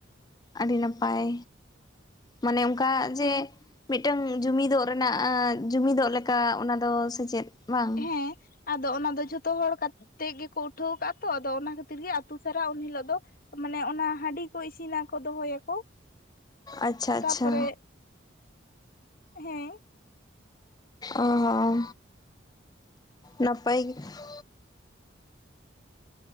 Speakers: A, on the left; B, on the left.
A: ᱟᱰᱤ ᱱᱟᱯᱟᱭ ᱢᱟᱱᱮ ᱚᱱᱠᱟ ᱾ ᱠᱟᱜ ᱡᱮ
B: ᱦᱮᱸ
A: ᱢᱤᱫᱴᱟᱹᱝ ᱡᱩᱢᱤᱫᱚᱜ ᱨᱮᱱᱟᱜ ᱡᱩᱢᱤᱫᱚᱜ ᱞᱮᱠᱟ ᱚᱱᱟ ᱫᱚ ᱥᱮ ᱪᱮᱫ? ᱵᱟᱝ?
B: ᱦᱮᱸ ᱟᱫᱚ ᱚᱱᱟ ᱫᱚ ᱡᱷᱚᱛᱚ ᱦᱚᱲ ᱠᱟᱛᱮᱜ ᱜᱮᱠᱚ ᱩᱴᱷᱟᱹᱣ ᱟᱠᱟᱜ-ᱟ ᱛᱚ ᱟᱫᱚ ᱚᱱᱟ ᱠᱷᱟᱹᱛᱤᱨ ᱜᱮ ᱟᱛᱩ ᱥᱮᱜ ᱨᱮ ᱩᱱ ᱦᱤᱞᱳᱜ ᱫᱚ ᱢᱟᱱᱮ ᱚᱱᱟ ᱦᱟᱺᱰᱤ ᱠᱚ ᱤᱥᱤᱱᱟᱠᱚ ᱫᱚᱦᱚᱭᱟᱠᱚ ᱾
A: ᱟᱪᱪᱷᱟ
B: ᱛᱟ
A: ᱟᱪᱪᱷᱟ
B: ᱯᱚᱨᱮ ᱦᱮᱸ ᱾
A: ᱚᱸ ᱱᱟᱯᱟᱭ ᱜᱤ ᱾